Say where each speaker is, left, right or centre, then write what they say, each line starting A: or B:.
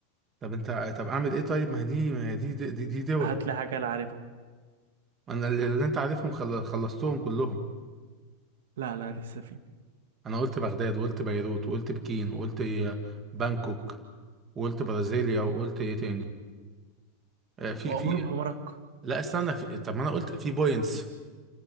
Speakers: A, on the right; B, on the right.
A: طب انت طب اعمل ايه طيب ما هي دي ما هي دي دي, دي, دي دول
B: هات لي حاجة انا عارفها
A: انا اللي, اللي انت عارفهم خل- خلصتهم كلهم
B: لا لا لسه فيه
A: انا قلت بغداد وقلت بيروت وقلت بكين وقلت إيه، بانكوك وقلت برازيليا وقلت ايه تاني آه، في في
B: اغلب حمارك
A: لا استنى في... طب ما انا قلت في بوينتس